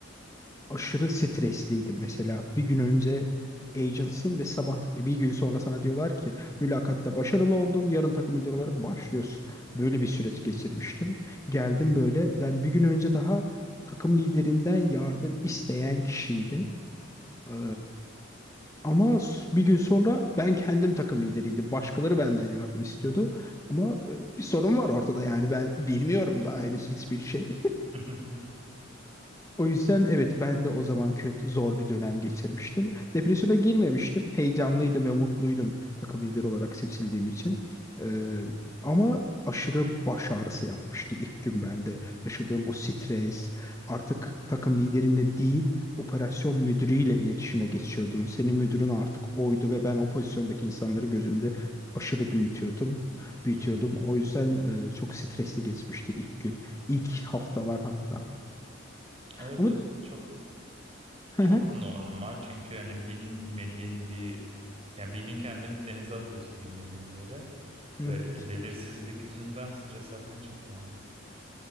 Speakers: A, on the left; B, on the right.
A: aşırı stresliydim. Mesela bir gün önce agentsın ve sabah bir gün sonra sana diyorlar ki mülakatta başarılı oldun, yarın takım lideri olarak başlıyorsun. Böyle bir süreç geçirmiştim. Geldim
B: Hı.
A: böyle ben bir gün önce daha takım liderinden yardım isteyen kişiydim. Eee, ama s- bir gün sonra ben kendim takım lideriydim. Başkaları benden yardım istiyordu. Ama e, bir sorun var ortada yani ben bilmiyorum daha henüz hiçbir şey.
B: <laughs>
A: O yüzden evet ben de o zaman kötü zor bir dönem geçirmiştim. Depresyona girmemiştim. Heyecanlıydım ve mutluydum takım lideri olarak seçildiğim için. Ee, ama aşırı baş ağrısı yapmıştı ilk gün bende. Yaşadığım o stres, artık takım liderinle değil operasyon müdürüyle iletişime geçiyordun. Senin müdürün artık oydu ve ben o pozisyondaki insanları gözümde aşırı büyütüyordum. Büyütüyordum.
B: Hı hı.
A: O yüzden e, çok stresli geçmişti ilk gün, ilk haftalar hatta.
B: Evet
A: Ama
B: bu çok
A: <laughs>
B: Çok normal çünkü yani bilmediğin bir yani bildiğin kendini denize atıyorsun bilmediğin bir yere
A: Evet.
B: ve belirsizlik yüzünden stres yapman çok normal.